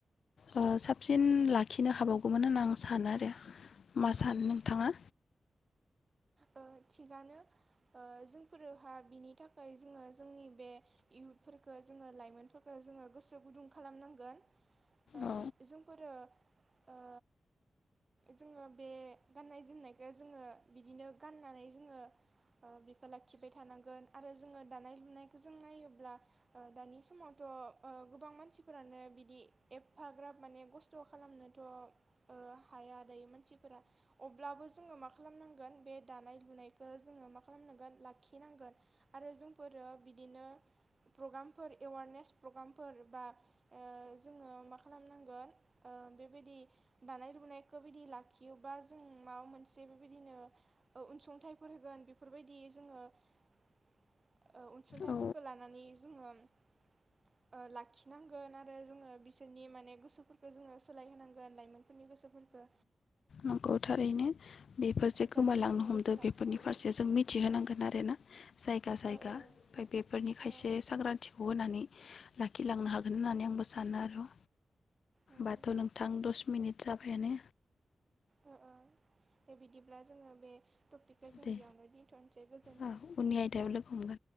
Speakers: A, on the left; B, on the right.
A: ओ साबसिन लाखिनो हाबावगोमोन होनना आं सानो आरो। मा सानो नोंथाङा?
B: ओ थिगानो ओ जोंफोरोहा बिनि थाखाय जोङो जोंनि बे इउथफोरफोरखो जोङो लाइमोनफोरखो जोङो गोसो गुदुं खालामनांगोन ओ
A: औ
B: जोंफोरो ओ जोङो बे गाननाय जोमनायखौ जोङो बिदिनो गाननानै जोङो ओ बिखो लाखिबाय थानांगोन आरो जोङो दानाय लुनायखौ जों नायोब्ला ओ दानि समावथ' ओ गोबां मानसिफोरानो बिदि एबफाग्राब माने खस्थ' खालामनोथ' ओ हाया दायो मानसि फोरा अब्लाबो जोङो मा खालामनांगोन बे दानाय लुनायखौ जोङो मा खालामनांगोन लाखिनांगोन आरो जोंफोरो बिदिनो प्रग्रामफोर एवारनेस प्रग्रामफोर बा ओ जोङो मा खालामनांगोन ओ बेबायदि दानाय लुनायखौ बिदि ला खियोबा जों माबा मोनसे बेबायदिनो ओ अनसुंथाइफोर होगोन बिफोरबायदि जोङो ओ अनसुंथाइफोरखो
A: औ
B: लानानै जोङो ओ लाखिनांगोन आरो जोङो बिसोरनि माने गोसोफोरखो जोङो सोलायहोनांगोन लाइमोन फोरनि गोसोफोरखो
A: नंगौ थारैनो बेफोर जे
B: जानाय
A: गोमालांनो
B: लोंनायखौ
A: हमदो
B: जों लाखिनांगोन
A: बेफोरनि फारसे जों मिथिहोनांगोन आरो ना। जायगा जायगा
B: ओ ओ
A: ओमफाय बेफोरनि खायसे
B: ओ
A: सांग्रांथिखौ होनानै। लाखिलांनो हागोन होननानै आंबो सानो आर'।
B: उम
A: बाथ' नोंथां दस मिनिट जाबायानो
B: ओ ओ दे बिदिब्ला जोङो बे टपिकखौ जों
A: दे
B: बेयावनो दिनथ'नसै गोजोन्थों।
A: उननि आयदायाव लोगो हमगोन